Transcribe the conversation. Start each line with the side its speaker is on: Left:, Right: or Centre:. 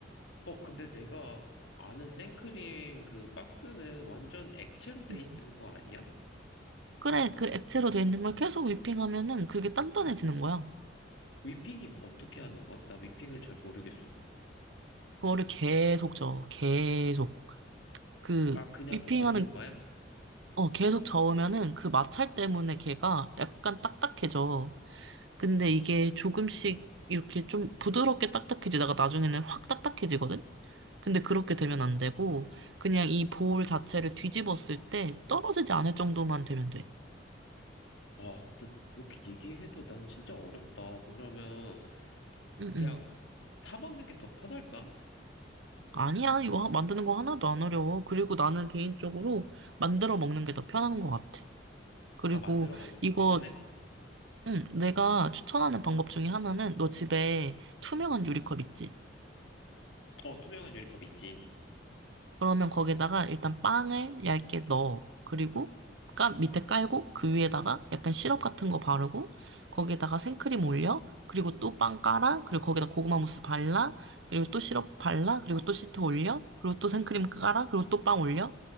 Left: 어, 근데 내가 아는 생크림 그 박스는 완전 액체로 돼
Right: 음.
Left: 있는 거 아니야?
Right: 그래, 그 액체로 돼 있는 걸 계속 w 핑 하면은 그게 단단해지는 거야.
Left: 위핑이 어떻게 하는 거야? 나 위핑을 잘 모르겠어.
Right: 그거를 계속 저어, 계속. 그
Left: 아, 그냥
Right: 위핑하는
Left: 젓는 거야?
Right: 어 계속 저으면은 그 마찰 때문에 걔가 약간 딱딱해져. 근데 이게 조금씩 이렇게 좀 부드럽게 딱딱해지다가 나중에는 확 딱딱해지거든. 근데 그렇게 되면 안 되고 그냥 이 볼 자체를 뒤집었을 때 떨어지지 않을 정도만 되면 돼.
Left: 아, 근데 그렇게 얘기해도 난 진짜 어렵다. 그러면
Right: 응응.
Left: 그냥 사 먹는 게 더 편할까?
Right: 아니야 이거 하- 만드는 거 하나도 안 어려워. 그리고 나는 개인적으로 만들어 먹는 게 더 편한 것 같아. 그리고
Left: 아, 만들어 먹는 게
Right: 이거
Left: 더 편해?
Right: 응, 내가 추천하는 방법 중에 하나는 너 집에 투명한 유리컵 있지?
Left: 어, 투명한 유리컵 있지.
Right: 그러면 거기다가 일단 빵을 얇게 넣어. 그리고 까, 밑에 깔고 그 위에다가 약간 시럽 같은 거 바르고 거기에다가 생크림 올려. 그리고 또 빵 깔아. 그리고 거기다 고구마 무스 발라. 그리고 또 시럽 발라. 그리고 또 시트 올려. 그리고 또 생크림 깔아. 그리고 또 빵 올려.